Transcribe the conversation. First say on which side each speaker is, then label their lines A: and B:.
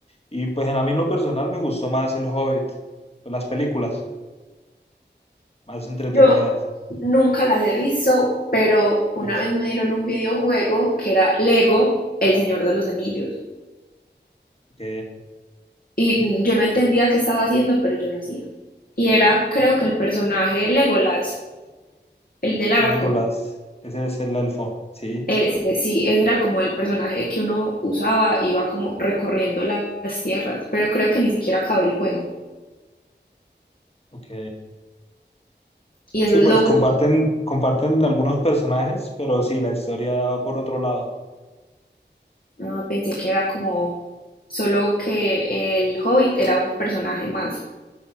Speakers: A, on the left (about 35°); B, on the left (about 50°).
A: Y pues en- a mí en lo personal me gustó más el Hobbit, pues, las películas más entretenidas.
B: Yo nunca las he visto, pero una
A: Uy,
B: vez me dieron un videojuego que era Lego, El Señor de los Anillos.
A: ok.
B: Y yo no entendía qué estaba haciendo, pero yo lo hacía. Y era, creo que el personaje de Legolas, el del arco.
A: Legolas, ese es el elfo, sí,
B: Ese, sí, ese era como el personaje que uno usaba, iba como recorriendo las tierras, pero creo que ni siquiera acabé el juego.
A: ok.
B: Y eso
A: Sí,
B: es
A: pues
B: lo único.
A: comparten, comparten algunos personajes, pero sí, la historia va por otro lado.
B: Ah, pensé que era como solo que el Hobbit era un personaje más.